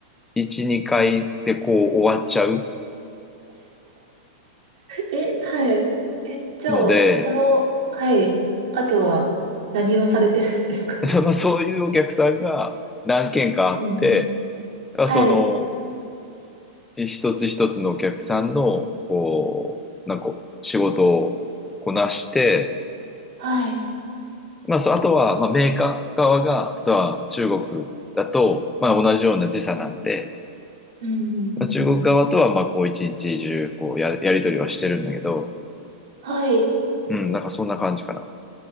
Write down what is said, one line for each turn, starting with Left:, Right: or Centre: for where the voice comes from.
Centre: 1、2回でこう終わっちゃう
Right: え、はい。え、じゃあ、
Centre: ので、
Right: その、はい。あとは、何をされてるんですか
Centre: <laughs> まあ、そういうお客さんが何件かあって、
Right: <laughs> うん。
Centre: まあ、
Right: はい。
Centre: その、一つ一つのお客さんの、こう、なんか、仕事をこなして、
Right: はい。
Centre: まあ、そう、あとは、まあ、メーカー側が、例えば中国だと、まあ、同じような時差なんで、
Right: うんうん。
Centre: まあ、中国側とは、まあ、こう、一日中、こうや、やり取りはしてるんだけど、
Right: はい。
Centre: うん、なんかそんな感じかな。